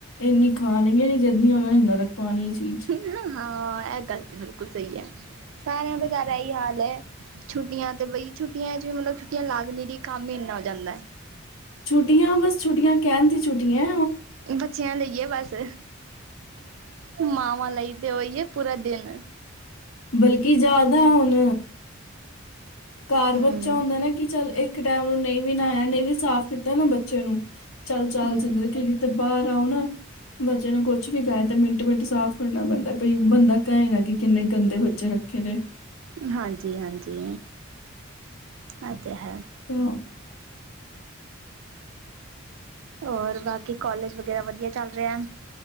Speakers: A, on the left; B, on the right.
A: ਇੰਨੀ ਖਾਣਗੇ ਨੀ ਜਦ ਨੀ ਉਹਨਾਂ ਨੇ ਨਰਕ ਪਾਣੀ ਏ ਚੀਜ਼
B: ਹੂੰ ਹਾਂ ਇਹ ਗੱਲ ਤੇ ਬਿਲਕੁਲ ਸਹੀ ਐ ਸਾਰਿਆਂ ਦੇ ਘਰ ਇਹੀ ਹਾਲ ਐ ਛੁੱਟੀਆਂ ਤੇ ਬਈ ਛੁੱਟੀਆਂ ਚ ਵੀ ਮਤਲਬ ਛੁੱਟੀਆਂ ਲੱਗਦੀ ਨਹੀਂ, ਕੰਮ ਹੀ ਇੰਨਾ ਹੋ ਜਾਂਦਾ ਹੈ।
A: ਛੁੱਟੀਆਂ ਬਸ ਛੁੱਟੀਆ ਕਹਿਣ ਦੀ ਛੁੱਟੀਆਂ
B: ਬੱਚਿਆਂ ਲਈ ਏ ਬਸ ਮਾਵਾਂ ਲਈ ਤੇ ਉਹੀ ਏ ਪੂਰਾ ਦਿਨ
A: ਬਲਕਿ ਜ਼ਿਆਦਾ ਹੁਣ ਕਾਰ
B: ਹੂੰ,
A: ਬੱਚਾ ਹੁੰਦਾ ਨਾ ਕਿ ਚੱਲ ਇੱਕ ਇੱਕ ਟਾਈਮ ਨਹੀਂ ਵੀ ਨਾਇਆ ਨਹੀਂ ਵੀ ਸਾਫ਼ ਕੀਤਾ ਨਾ ਬੱਚੇ ਨੂੰ ਚੱਲ ਚਾਲ
B: ਹੂੰ
A: ਜਿੰਦਰੇ ਕਿ ਕਿਤੇ ਬਾਹਰ ਆਓ ਨਾ ਬੱਚਿਆਂ ਨੂੰ ਕੁੱਛ ਵੀ ਕਹਿ ਤੇ ਮਿੰਟ -ਮਿੰਟ ਸਾਫ਼ ਕਰਨਾ ਪੈਂਦਾ। ਕਿ ਬੰਦਾ ਕਹੇ ਨਾ ਕਿ ਕਿੰਨੇ ਗੰਦੇ ਬੱਚੇ ਰੱਖੇ ਨੇ।
B: ਹਾਂਜੀ, ਹਾਂਜੀ। ਇਹ ਤੇ ਹੈ।
A: ਤਾਂ
B: ਹੋਰ, ਬਾਕੀ ਕੋਲਜ਼ ਵਗੈਰਾ ਵਧੀਆ ਚੱਲ ਰਿਹਾ।